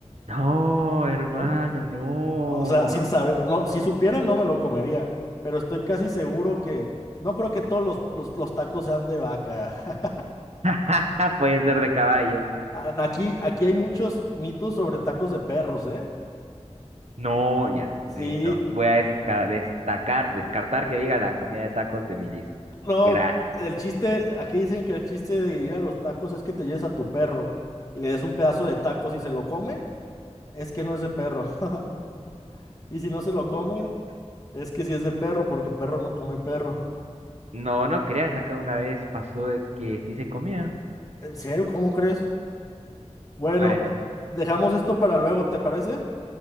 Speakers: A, on the right; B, on the left.
A: No, hermano,
B: ¿no?
A: no.
B: O sea, sin saber, no, si supiera no me lo comería, pero estoy casi seguro que no creo que todos los, los, los tacos sean de vaca. <laughs>
A: <laughs> Pueden ser de caballo.
B: Ah, Aquí, aquí hay muchos mitos sobre tacos de perros, ¿eh?
A: No, ya,
B: Sí.
A: listo. Voy a desca- destacar, descartar que diga la comida de tacos de mi lista.
B: No,
A: Gracias.
B: el chiste, aquí dicen que el chiste de ir a los tacos es que te lleves a tu perro y le des un pedazo de tacos y se lo come, es que no es de perro. <laughs> Y si no se lo come, es que sí es de perro, porque perro no come perro.
A: No, no creas, acá una vez pasó de que sí se comían.
B: ¿En serio? ¿Cómo crees? Bueno,
A: Bueno,
B: dejamos esto para luego, ¿te parece?